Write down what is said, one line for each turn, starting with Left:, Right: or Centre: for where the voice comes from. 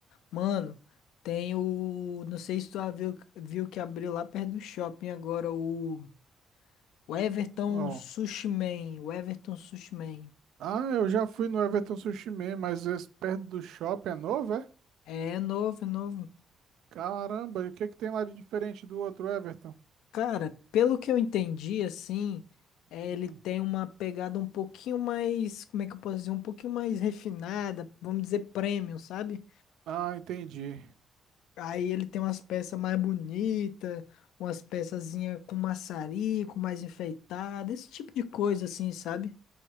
Left: Mano, tem o. Não sei se tu ah, viu, viu que abriu lá perto do shopping agora o. O Everton
Right: bom.
Left: Sushi Man. O Everton Sushi Man.
Right: Ah, eu já fui no Everton Sushi Man, mas esse perto do shopping é novo, é?
Left: É novo, é novo.
Right: Caramba, e o que que tem lá de diferente do outro Everton?
Left: Cara, pelo que eu entendi, assim, é,
Right: Hum.
Left: ele tem uma pegada um pouquinho mais. Como é que eu posso dizer? Um pouquinho mais refinada, vamos dizer premium, sabe?
Right: Ah, entendi.
Left: Aí ele tem umas peças mais bonitas, umas peçazinhas com maçarico, mais enfeitada, esse tipo de coisa assim, sabe?